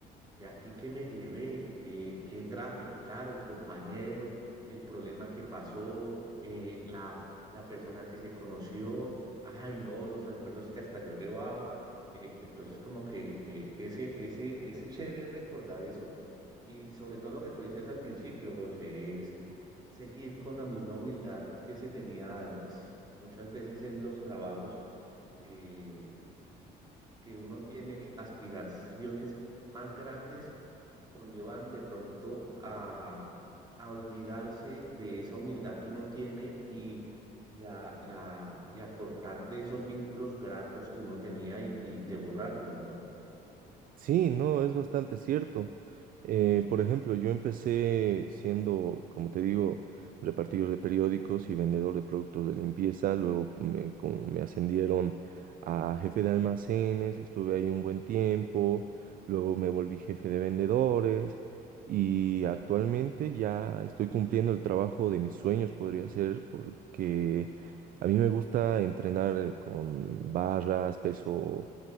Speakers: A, on the right; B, on the right.
A: de aquí que me llevé, eh, qué traje, claro, el compañero, el problema que pasó, eh, la, la persona que se conoció, ay no, los almuerzos que hasta yo llevaba. eh, entonces como que eh, ese, ese, ese chévere recordar eso y sobre todo lo que tú decías al principio, José, es seguir con la misma humildad que se tenía antes. Muchas veces en los trabajos... eh, que uno tiene aspiraciones más grandes conllevan de pronto a, a olvidarse de esa humildad que uno tiene y, y, a, y, a, y a cortar de esos vínculos gratos que uno tenía y, y de borrarnos, ¿no?
B: Sí, no, es bastante cierto. Eh, por ejemplo, yo empecé siendo, como te digo, repartidor de periódicos y vendedor de productos de limpieza. Luego me, con- me ascendieron a jefe de almacenes, estuve ahí un buen tiempo. Luego me volví jefe de vendedores y actualmente ya estoy cumpliendo el trabajo de mis sueños, podría ser, porque a mí me gusta entrenar con barras, peso